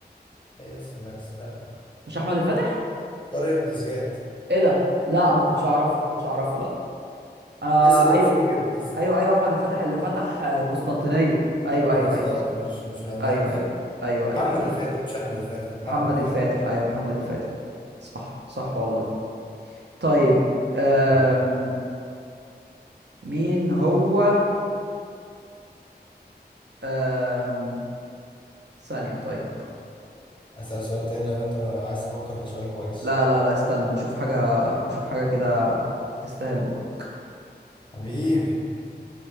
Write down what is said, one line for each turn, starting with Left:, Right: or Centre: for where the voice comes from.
Left: ايه السلام لا
Right: مش احمد الفاتح
Left: طارق بن زياد
Right: ايه ده لا ما كنتش اعرف كنتش اعرفه لا انا
Left: لسه ده
Right: ايوه
Left: مشهور جدا لسه
Right: ايوه ايوه احمد الفاتح اللي فتح آه، القسطنطينية ايوه
Left: آه،
Right: ايوه
Left: بالظبط
Right: ايوه صح
Left: مش مش الاندلس
Right: ايوه ايوه ايوه ايوه
Left: محمد
Right: معلش.
Left: الفاتح مش احمد الفاتح
Right: محمد
Left: محمد الفاتح
Right: الفاتح ايوه محمد الفاتح صح صح والله طيب أم...
Left: دور
Right: مين هو أم... ثانية طيب
Left: اسال سؤال تاني لو انت عايز تفكر في سؤال كويس
Right: لا لا لا استنى بشوف حاجة بشوف حاجة كده تستاهل بقك
Left: حبيبي